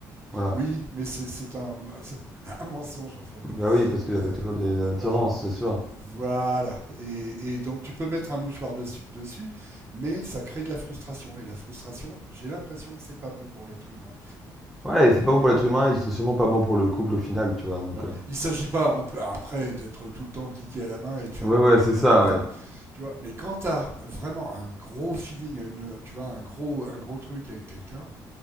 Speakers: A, in the centre; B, on the right.
A: Voilà.
B: Oui, mais c'est c'est un, <laughs> un mensonge en fait.
A: Bah oui, parce que
B: Euh,
A: t'as toujours des
B: on-
A: attirances,
B: voilà.
A: c'est sûr.
B: Voilà. Et, et donc tu peux mettre un mouchoir dessus, dessus, mais ça crée de la frustration. Et la frustration, j'ai l'impression que c'est pas bon pour l'être humain.
A: Ouais, et c'est pas bon pour l'être humain et c'est sûrement pas bon pour le couple au final, tu vois, donc...
B: Voilà.
A: euh.
B: Il ne s'agit pas après d'être tout le temps le kiki à la main et de faire
A: Ouais,
B: n'importe
A: ouais, c'est
B: quoi
A: ça,
B: tout le
A: ouais.
B: temps, tu vois. Mais quand t'as vraiment un gros feeling, une, tu vois, un gros, un gros truc avec quelqu'un,